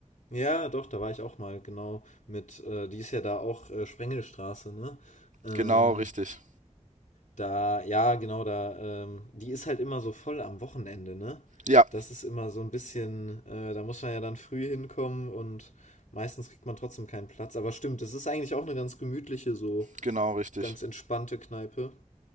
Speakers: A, on the left; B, on the right.
A: Ja, doch, da war ich auch mal, genau, mit, äh, die ist ja da auch äh, Sprengelstraße, ne? Ähm,
B: Genau, richtig.
A: da, ja, genau, da, ähm, die ist halt immer so voll am Wochenende, ne?
B: Ja,
A: Das ist immer so ein bisschen, äh, da muss man ja dann früh hinkommen und meistens kriegt man trotzdem keinen Platz. Aber stimmt, das ist eigentlich auch eine ganz gemütliche, so
B: genau, richtig.
A: ganz entspannte Kneipe.